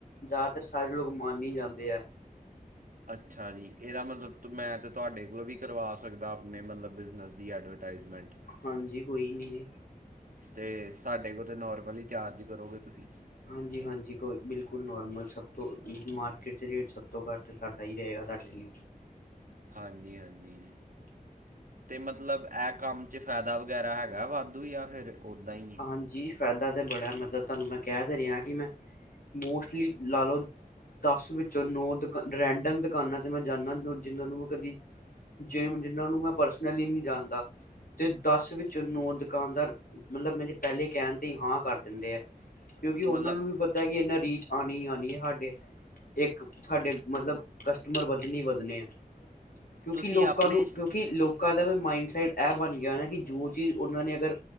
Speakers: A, on the left; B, on the right.
A: ਜ਼ਿਆਦਾਤਰ ਸਾਰੇ ਲੋਕ ਮਨ ਹੀ ਜਾਂਦੇ ਹੈ।
B: ਅੱਛਾ ਜੀ ਇਹਦਾ ਮਤਲਬ ਮੈਂ ਤਾਂ ਤੁਹਾਡੇ ਕੋਲੋਂ ਵੀ ਕਰਵਾ ਸਕਦਾ ਆਪਣੇ ਮਤਲਬ ਬਿਜ਼ਨਸ ਦੀ ਐਡਵਰਟਾਈਜ਼ਮੈਂਟ।
A: ਹਾਂਜੀ ਕੋਈ ਨਹੀਂ ਜੀ।
B: ਤੇ ਸਾਡੇ ਕੋਲ ਤਾਂ ਨੋਰਮਲੀ ਈ ਚਾਰਜ ਕਰੋਗੇ ਤੁਸੀਂ।
A: ਹਾਂਜੀ- ਹਾਂਜੀ ਕੋ ਬਿਲਕੁਲ ਨੋਰਮਲ ਸਭ ਤੋਂ ਮਾਰਕੀਟ 'ਚ ਰੇਟ ਸਭ ਤੋਂ ਘੱਟ। ਸਾਡਾ ਹੀ ਰਹੇਗਾ ਤਾਡੇ ਲਈ।
B: ਹਾਂਜੀ- ਹਾਂਜੀ। ਤੇ ਮਤਲਬ ਇਹ ਕੰਮ ਚ ਫਾਇਦਾ ਵਗੈਰਾ ਹੈਗਾ ਵਾਧੂ ਯਾ ਫੇਰ ਉਦਾਂ ਹੀ। ਹੈ?
A: ਹਾਂਜੀ ਫਾਇਦਾ ਤਾਂ ਬੜਾ ਮਤਲਬ ਤੁਹਾਨੂੰ ਮੈਂ ਕਹਿ ਦੇ ਰਿਹਾ ਕਿ ਮੈਂ ਮੋਸਟਲੀ ਲਾ ਲਓ ਦਸ ਵਿੱਚੋਂ ਨੌ ਦੁਕ ਰੈਂਡਮ ਦੁਕਾਨਾਂ ਤੇ ਮੈਂ ਜਾਂਦਾ ਜਿਹਨਾਂ ਨੂੰ ਮੈਂ ਕਦੀ ਜਿਵੇਂ ਜਿਨਾਂ ਨੂੰ ਮੈਂ ਪਰਸਨਲੀ ਨਹੀਂ ਜਾਣਦਾ। ਤੇ ਦਸ ਵਿੱਚ ਨੌ ਦੁਕਾਨਦਾਰ ਮਤਲਬ, ਮੇਰੇ ਪਹਿਲੇ ਕਹਿਣ ਤੇ ਹਾਂ ਕਰ ਦਿੰਦੇ ਆ। ਕਿਉਂਕਿ ਉਹਨਾਂ
B: ਮਤਲਬ
A: ਨੂੰ ਵੀ ਦ ਕਿ ਇਨਾ ਰੀਚ ਆਉਣੀ- ਆਉਣੀ ਹੈ। ਸਾਡੇ ਇੱਕ ਤੁਹਾਡੇ ਮਤਲਬ ਕਸਟਮਰ ਵੱਧਣੇ- ਵੱਧਣੇ ਆ। ਕਿਉਂਕਿ,
B: ਤੁਸੀਂ
A: ਲੋਕਾਂ
B: ਆਪਣੇ
A: ਨੂੰ ਕਿਉਂਕਿ ਲੋਕਾਂ ਦਾ ਵੀ ਮਾਇੰਡਸੈਟ ਇਹ ਬਣ ਗਿਆ ਨਾ ਕਿ ਜੋ ਚੀਜ਼ ਉਹਨਾਂ ਨੇ ਅਗਰ